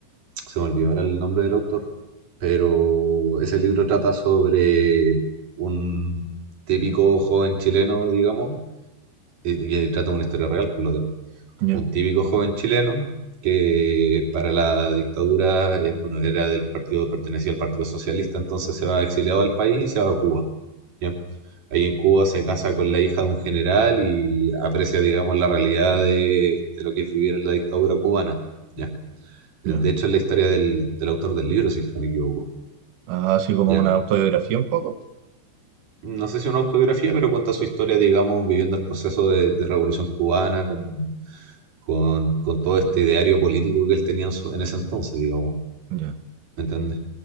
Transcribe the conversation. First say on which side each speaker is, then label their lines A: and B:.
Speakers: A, on the right; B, on the right.
A: Se me olvidó ahora el nombre del autor, pero ese libro trata sobre un típico joven chileno, digamos, y, y trata una historia real, por lo demás
B: Ya,
A: un típico joven chileno que para la dictadura, eh, bueno, era del partido, pertenecía al Partido Socialista, entonces se va exiliado al país y se va a Cuba, ¿ya? Ahí en Cuba se casa con la hija de un general y aprecia, digamos, la realidad de, de lo que es vivir en la dictadura cubana, ¿ya? De,
B: ya.
A: de hecho, es la historia del, del autor del libro, si es que no me equivoco,
B: Ah, así como
A: ¿ya?
B: una autobiografía un poco.
A: No sé si es una autobiografía, pero cuenta su historia, digamos, viviendo el proceso de, de revolución cubana con, con, con todo este ideario político que él tenía en, su- en ese entonces, digamos,
B: Ya,
A: ¿me entiendes?